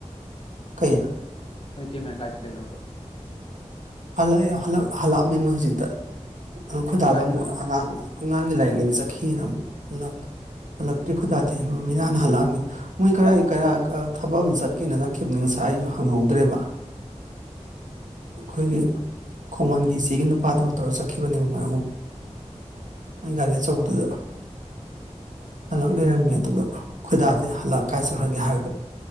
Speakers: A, on the right (about 80°); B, on the left (about 50°).
A: ꯀꯩ
B: ꯅꯣꯢ ꯏꯇꯩꯃꯥꯅ ꯀꯥꯢ ꯆꯠꯈꯤꯅꯣꯕ
A: ꯍꯜꯂꯛꯑꯦ ꯍꯜ ꯍꯜꯂꯛꯑꯝꯃꯦ ꯃꯣꯢ ꯍꯧꯖꯤꯛꯇ ꯑꯥ ꯈꯣꯏꯗꯥꯗ
B: ꯀꯥꯏ ꯆꯠꯂꯨꯏꯅꯣ
A: ꯑꯃꯨꯛ ꯑꯉꯥꯡ ꯑꯉꯥꯡꯒꯤ ꯂꯥꯏꯔꯤꯛ ꯂꯩꯕ ꯆꯠꯈꯤꯑꯅ ꯑꯃꯨꯛ ꯍꯜꯂꯛ ꯍꯜꯂꯛꯇ꯭ꯔꯤ ꯈꯣꯏꯗꯥꯗꯤ ꯃꯝꯃꯤꯅ ꯍꯥꯟꯅ ꯍꯜꯂꯛꯑꯝꯃꯤ ꯃꯣꯏ ꯀꯔꯥꯏ ꯀ ꯑ ꯊꯕꯛ ꯑꯃ ꯆꯠꯀꯦꯅ ꯆꯠꯈꯤꯕꯅꯤ ꯉꯁꯥꯏ ꯑꯩꯁꯨ ꯍꯪꯍꯧꯗ꯭ꯔꯦꯕ ꯑꯩꯈꯣꯏꯒꯤ ꯈꯣꯡꯃꯟꯒꯤ ꯏꯆꯦꯒꯤ ꯅꯨꯄꯥꯗꯨꯒ ꯇꯧꯔ ꯆꯠꯈꯤꯕꯅꯦꯕ ꯃꯣꯏ ꯑꯍꯨꯝ ꯃꯣꯏ ꯒꯥꯔꯤ ꯑꯆꯧꯕꯗꯨꯗ ꯍꯜꯂꯛ ꯂꯩꯔꯝꯃꯦ ꯑꯗꯨꯒ ꯈꯣꯏꯗꯥꯁꯦ ꯍꯜꯂꯛꯑ ꯀꯥꯏ ꯆꯠꯈ꯭ꯔꯒꯦ ꯍꯥꯏꯔꯒ